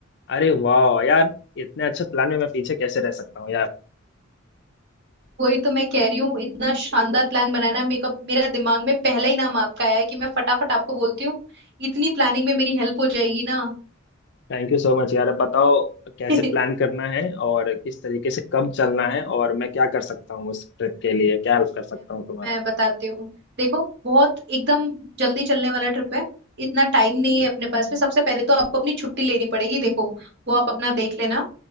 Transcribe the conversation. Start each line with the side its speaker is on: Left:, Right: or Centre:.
Left: अरे वाह यार इतने अच्छे प्लान में मैं पीछे कैसे रह सकता हूँ यार
Right: वही तो मैं कह रही हूँ इतना शानदार प्लान बनाना मेरा मेरा दिमाग में पहला ही नाम आपका आया है कि मैं फटाफट आपको बोलती हूँ इतनी प्लानिंग में मेरी हेल्प हो जाएगी ना
Left: थैंक यू सो मच यार अब बताओ कैसे
Right: <laughs> मैं
Left: प्लान करना है और किस तरीके से कब चलना है और मैं क्या कर सकता हूँ उस ट्रिप के लिए क्या हेल्प कर सकता हूँ तुम्हारा
Right: मैं बताती हूँ देखो बहुत एकदम जल्दी चलने वाला ट्रिप है इतना टाइम नहीं है अपने पास में सबसे पहले तो आपको अपनी छुट्टी लेनी पड़ेगी देखो वो आप अपना देख लेना